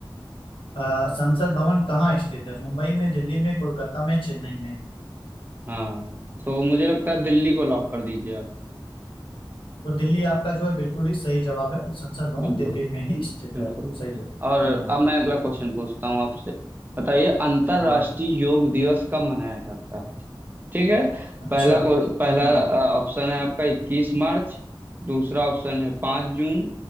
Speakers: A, on the left; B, on the right.
A: अ, संसद भवन कहाँ स्थित है मुंबई में दिल्ली में कोलकाता में चेन्नई में
B: हाँ तो मुझे लगता है दिल्ली को लॉक कर दीजिए आप
A: तो दिल्ली आपका जो है बिल्कुल ही सही जवाब है संसद भवन
B: बिल्कुल
A: दिल्ली में ही स्थित
B: बिल्कुल
A: है सही है बढ़िया
B: और अब मैं अगला क्वेश्चन पूछता हूँ आपसे बताइए अंतर्राष्ट्रीय
A: हाँ
B: योग दिवस कब मनाया जाता है ठीक है
A: अच्छा
B: पहला को पहला
A: हाँ
B: ऑप्शन है आपका इक्कीस मार्च दूसरा ऑप्शन है पाँच जून